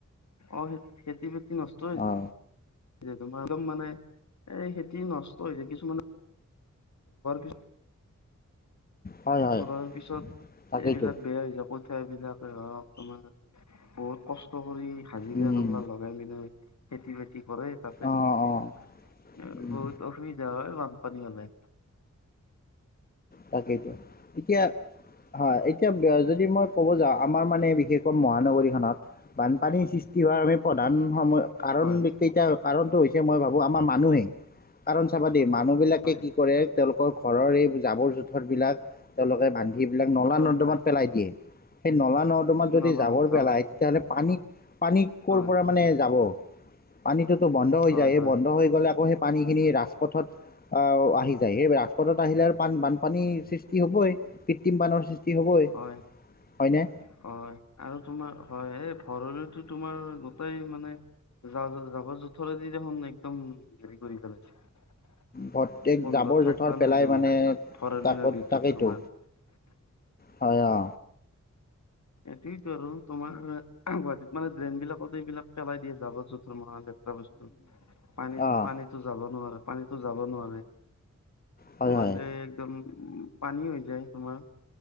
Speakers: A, on the left; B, on the left.
A: অ' খেতি বাতি নষ্ট
B: অঁ
A: েতোমাৰ একদম মানে, এ খেতি নষ্ট হৈছোয় কিছুমানে কিছ
B: হয় হয়
A: ৰোৱাৰ পিছত,
B: তাকেইতো
A: এইবিলাক বেয়া হৈ যাপত চঠাইবলাকে হওক তোমাৰ বহুত কষ্ট কৰি হাজিৰা
B: উম
A: কামলা লগাই পিনই খেতি বাতি কৰে, তাতে
B: অ'
A: মানে
B: অ' উম
A: বহুত অসুবিধা হয় মান ক্পনলে।
B: তাকেইতো, এতিয়া হয় এতিয়া যদি মই ক'ব যাওঁ আমাৰ মানে বিশেষকৈ মহানগৰীখনত বানপানীৰ সৃষ্টি হোৱাৰ আমি প্ৰধান সময় কাৰণকেইটা
A: হয়
B: কাৰণ হৈছে মই ভাবো আমাৰ মানুহেই। কাৰণ চাবা দেই মানুহ বিলাকে
A: হয়
B: কি কৰে তেওঁলোকৰ ঘৰৰ এই জাবৰ জোথৰবিলাক তেওঁলোকে বান্ধিবিলাক নলা
A: হয়
B: নৰ্দমাত
A: হয়
B: পেলাই দিয়ে। সেই নলা নৰ্দমাত যদি
A: নলা
B: যাবৰ
A: জাবৰ
B: পেলায় তেতিয়াহ'লে পানী পানী ক'ৰ
A: হয়
B: পৰা মানে যাব। পানীটোতো বন্ধ হৈ
A: হয়
B: যায় স
A: হয়
B: বন্ধ হৈ গ'লে আকৌ পানীখিনি ৰাজপথত আহি যায় সেই ৰাজপথত আহিলে আৰু পান বানপানী হ'বই কৃত্ৰিম পণৰ সৃষ্টি হ'বই,
A: হয়
B: হয়নে?
A: হয় আৰু তোমাৰ হয় এই ভৰলতো তোমাৰ গোটেই মানে জ জাবৰ জোথৰেদি দেখোন একদম, হেৰি কৰি পেলাইছে।
B: প্ৰত্যেক
A: কন্ধত
B: জাবৰ জোঁথৰ
A: থাকিবা
B: পেলাই
A: ন, তোমাৰ
B: মানে
A: ভৰালি
B: তাকত
A: নদীটো
B: তাকেইতো
A: তোমাৰ। <inaudible>
B: হয় আ
A: এইটোয়তো আৰু তোমাৰ গুৱাহাটীত মানে ড্ৰেইন বিলাকত এইবিলাক পেলাই দিয়ে যাব জোথৰ ম টা বস্তু, পানীত
B: অঁ
A: পানীতো যাব নোৱাৰা। পানীতো যাব নোৱাৰে,
B: হয়
A: নোৱাৰিলে
B: হয়
A: একদম উ পানী হৈ যায় তোমাৰ।